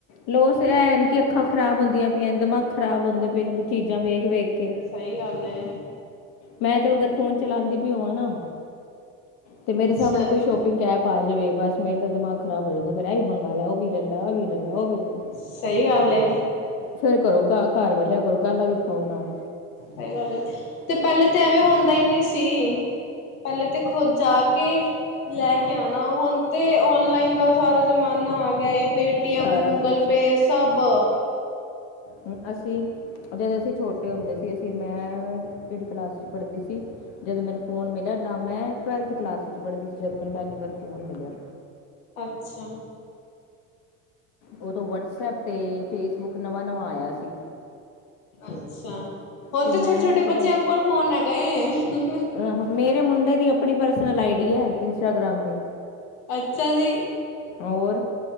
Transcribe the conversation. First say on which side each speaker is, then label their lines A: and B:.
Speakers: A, on the left; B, on the left.
A: ਲੈ ਐਨ ਕਿ ਅੱਖਾਂ ਖ਼ਰਾਬ ਹੁੰਦੀਆਂ ਪਈਆਂ ਨੇ, ਦਿਮਾਗ਼ ਖਰਾਬ ਹੁੰਦੇ ਪਏ ਨੇ, ਚੀਜ਼ਾਂ ਵੇਖ- ਵੇਖ। ਕੇ
B: ਸਹੀ ਗੱਲ ਹੈ।
A: ਮੈਂ ਤੇ ਅਗਰ ਫ਼ੋਨ ਚਲਾਉਂਦੀ ਵੀ ਹੋਵਾਂ ਨਾ। ਤੇ ਮੇਰੇ
B: ਅੱਛਾ
A: ਸਾਹਮਣੇ ਕੋਈ
B: ਜੀ
A: ਸ਼ੋਪਿੰਗ ਐਪ ਆ ਜਾਵੇ ਬਸ ਮੇਰੇ ਤਾਂ ਦਿਮਾਗ ਖ਼ਰਾਬ ਹੋ ਜਾਂਦਾ ਫੇਰ ਇਹੀ ਮੰਗਾ ਲੈ, ਉਹ ਵੀ ਲੈ ਲਾ, ਇਹ ਵੀ ਲੈ ਲਾ। ਔਹੀ ਲੈ ਲਾ।
B: ਸਹੀ ਗੱਲ ਹੈ।
A: ਫੇਰ ਘਰੋਂ ਗ ਘਰ ਵਾਲਿਆਂ ਕੋਲ਼ ਗਾਲਾਂ ਵੀ ਖਾਓ ਨਾਲ਼।
B: ਸਹੀ ਗੱਲ ਹੈ। ਤੇ ਪਹਿਲੇ ਤੇ ਐਵੇਂ ਹੁੰਦਾ ਹੀ ਨਹੀਂ ਸੀ। ਪਹਿਲੇ ਤੇ ਖ਼ੁਦ ਜਾ ਕੇ ਲੈ ਕੇ ਆਉਣਾ। ਹੁਣ ਤੇ ਓਨਲਾਈਨ ਦਾ ਸਾਰਾ ਜ਼ਮਾਨਾ ਆ ਗਿਆ ਏ। ਪੇਟੀਐਮ,
A: ਸਾਰਾ
B: ਗੂਗਲ
A: ਕੁਝ
B: ਪੇ, ਸਭ।
A: ਹੂੰ ਅਸੀਂ ਜਦੋਂ ਅਸੀਂ ਛੋਟੇ ਹੁੰਦੇ ਸੀ ਅਸੀਂ ਮੈਂ ਕਿਹੜੀ ਕਲਾਸ 'ਚ ਪੜ੍ਹਦੀ ਸੀ। ਜਦੋਂ ਮੈਨੂੰ ਫੋਨ ਮਿਲਿਆ ਤਾ ਮੈਂ ਟਵੈਲਵ ਕਲਾਸ ਵਿੱਚ ਪੜ੍ਹਦੀ ਸੀ, ਜਦੋਂ ਮੈਨੂੰ ਪਹਿਲੀ ਵਾਰ ਫ਼ੋਨ ਮਿਲਿਆ।
B: ਅੱਛਾ।
A: ਓਦੋਂ ਵਟਸਐਪ ਤੇ ਫੇਸਬੁਕ ਨਵਾਂ -ਨਵਾਂ ਆਇਆ ਸੀ।
B: ਅੱਛਾ! ਹੁਣ
A: ਤੇ
B: ਤਾਂ ਛੋਟੇ
A: ਮੈਂ
B: -ਛੋਟੇ
A: ਕੀ
B: ਬੱਚੇਆਂ ਕੋਲ ਫ਼ੋਨ ਹੈਗਾ ਏ, ਹੁ
A: ਅ, ਮੇਰੇ ਮੁੰਡੇ ਦੀ ਆਪਣੀ ਪਰਸਨਲ ਆਈ ਡੀ ਐ, ਇੰਸਟਾਗ੍ਰਾਮ ਦੀ।
B: ਅੱਛਾ ਜੀ।
A: ਹੋਰ।